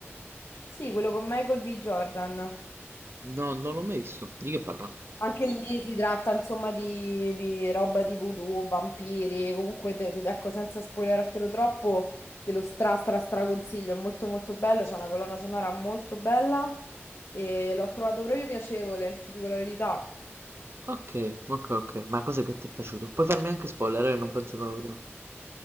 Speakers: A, on the left (about 85°); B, on the right (about 60°).
A: Sì, quello con Michael B. Jordan.
B: No, non l'ho mai visto. Di che parla?
A: Anche lì si tratta insomma di, di roba di voodoo, vampiri, comunque te- ecco senza spoilerartelo troppo, te lo stra stra stra consiglio, è molto molto bello, c'è una colonna sonora molto bella e l'ho trovato proprio piacevole, ti dico la verità.
B: Ok, ok, ok. Ma cos'è che ti è piaciuto? Puoi farmi anche spoiler, eh? Non penso che lo vedrò.